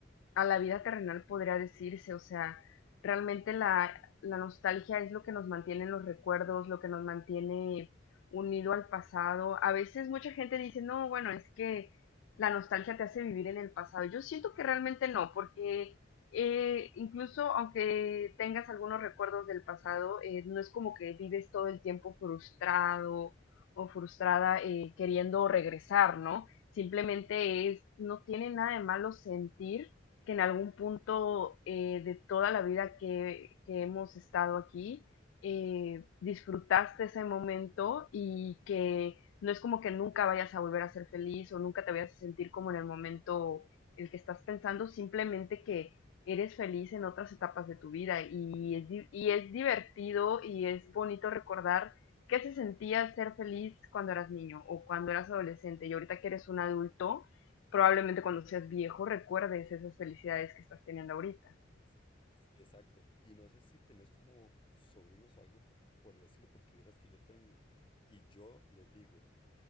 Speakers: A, on the left (about 80°); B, on the left (about 25°).
A: a la vida terrenal, podría decirse. O sea, realmente la, la nostalgia es lo que nos mantiene en los recuerdos, lo que nos mantiene unido al pasado. A veces mucha gente dice, no, bueno, es que la nostalgia te hace vivir en el pasado. Yo siento que realmente no, porque eh, incluso aunque tengas algunos recuerdos del pasado, eh, no es como que vives todo el tiempo frustrado o frustrada eh, queriendo regresar, ¿no? Simplemente es, no tiene nada de malo sentir que en algún punto eh, de toda la vida que, que hemos estado aquí, eh, disfrutaste ese momento y que no es como que nunca vayas a volver a ser feliz o nunca te vayas a sentir como en el momento el que estás pensando, simplemente que eres feliz en otras etapas de tu vida y es, y es divertido y es bonito recordar ¿Qué se sentía ser feliz cuando eras niño o cuando eras adolescente? Y ahorita que eres un adulto, probablemente cuando seas viejo recuerdes esas felicidades que estás teniendo ahorita.
B: Sí, sí, sí. Exacto. Y no sé si tenés como sobrinos o algo por el estilo, porque vieras que yo tengo. Y yo les digo,